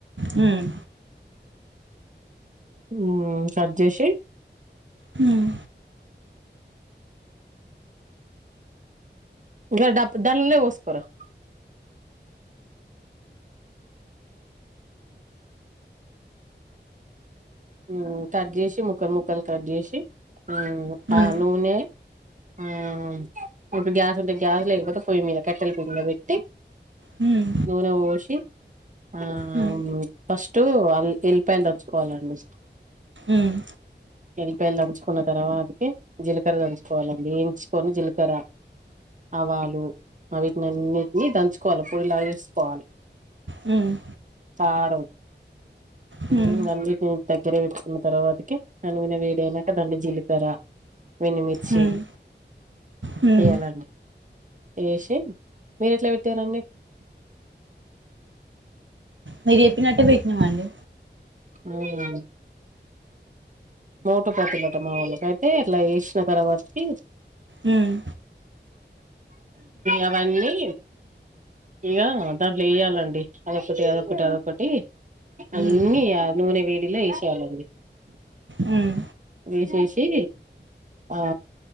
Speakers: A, on the right; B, on the right.
A: హ్మ్
B: ఉమ్ కట్ చేసి
A: హ్మ్.
B: గా డాబ్పు ధన్లోన్ పోస్కోని రా ఉమ్ కట్ చేసి ముక్కల్ ముక్కల్ కట్ చేసి ఆ టా
A: హ్మ్.
B: నూనె ఆ ఇప్పుడు గ్యాస్ ఉంటే గ్యాస్ లేకపోతే పొయ్యి మీద కట్టెల పొయ్యి మీద పెట్టి
A: హ్మ్.
B: నూనె పోషి ఆ
A: హ్మ్. హ్మ్.
B: అవును ఫస్ట్ల్ ఎల్లిపాయైన తెచ్చుకోవాలండి
A: ఉమ్
B: ఎల్లిపాయలు దడుచుకున్న తర్వాతకి జీలకర్ర దడుచుకోవాలండి ఎంచుకొని జీలకర్ర ఆవాలు వా వీటిని అన్నిటిని దంచుకోవాలి పల్యస్ పాల్
A: ఉమ్
B: తారు
A: హ్మ్.
B: ఉమ్ అండి దగ్గరే పెట్టుకున్న తర్వాతకి ననగున వేడి అయినాక దాన్ని జీలిపారా వెన్నిమిర్చి
A: హ్మ్. హ్మ్.
B: చెయ్యాలండి ఏసి మీరు ఎట్లా పెట్టారంండి
A: మెరి చాపినట్ పయిటినమ అండీ
B: ఉమ్ మోటుపతులట మా వాళ్ళకి అయితే ఇట్లా వేసిన తర్వాత కి
A: హ్మ్.
B: అవన్నీ ఇక దాంట్లో వేయాలండి అదొకటి అదొకటి అదొకటి
A: హ్మ్.
B: అ ఇన్ని నూనె వేడిలో వేసేయాలండి
A: ఉమ్
B: వేసేసి ఆ